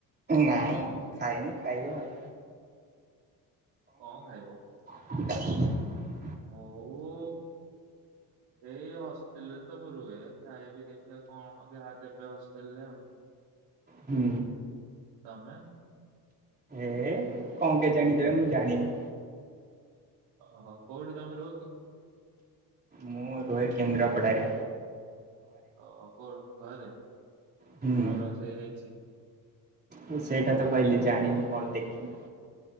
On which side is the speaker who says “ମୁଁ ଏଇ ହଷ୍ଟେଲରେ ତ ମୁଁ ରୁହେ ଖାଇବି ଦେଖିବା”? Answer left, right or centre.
Right